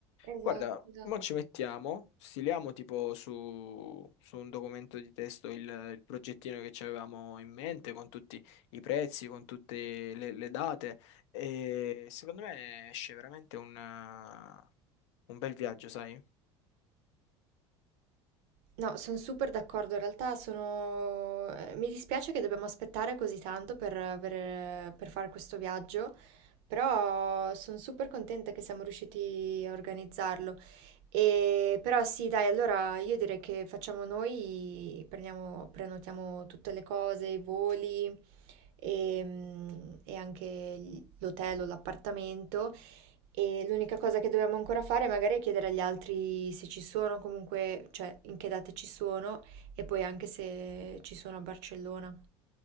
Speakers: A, on the right (about 75°); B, on the left (about 80°).
A: Esatto,
B: Guarda,
A: esatto.
B: mo ci mettiamo, stiliamo tipo su, su un documento di testo il, il progettino che ci avevamo in mente con tutti i prezzi, con tutte le, le date e secondo me esce veramente un, eh, un bel viaggio, sai?
A: No, sono super d'accordo. In realtà sono... eh, mi dispiace che dobbiamo aspettare così tanto per, per- per fare questo viaggio, però sono super contenta che siamo riusciti a organizzarlo. E... Però sì, dai, allora io direi che facciamo noi, prendiamo- prenotiamo tutte le cose, i voli e, mm, e anche gli- l'hotel o l'appartamento. E l'unica cosa che dobbiamo ancora fare magari è chiedere agli altri se ci sono, comunque, cioè in che date ci sono e poi anche se ci sono a Barcellona.